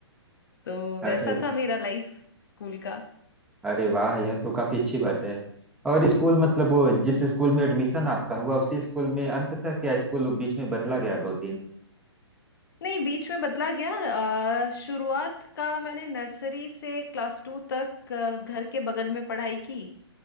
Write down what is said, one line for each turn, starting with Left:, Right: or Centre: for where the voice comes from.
Left: तो
Centre: अरे
Left: वैसा था मेरा लाइफ स्कूल का
Centre: अरे वाह यह तो काफी अच्छी बात है और स्कूल मतलब वो जिस स्कूल में एडमिशन आपका हुआ उसी स्कूल में अंत तक या स्कूल बीच में बदला गया दो तीन
Left: नहीं बीच में बदला गया अ, शुरुआत का मैंने नर्सरी से क्लास टू तक अ, घर के बगल में पढ़ाई की